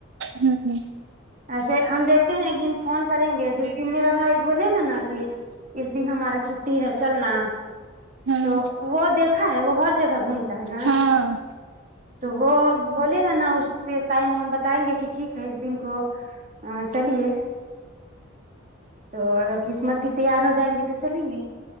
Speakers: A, on the right; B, on the right.
A: ہوں ہ
B: ایسے ہم دیکھتے ہیں ایک دن فون کریں گے جس دن میرا بھائی بولے گا نا کہ اس دن ہمارا چھٹی ہے چلنا
A: ہاں
B: تو وہ دیکھا ہے وہ ہر جگہ گھوم ہے نہ
A: ہاں
B: تو وہ بولے گا نا اس ٹائم ہم بتائیں گے کہ ٹھیک ہے اس دن کو ہاں چلیے تو اگر قسمت بھی تیار ہو جائیں گی تو چلیں گے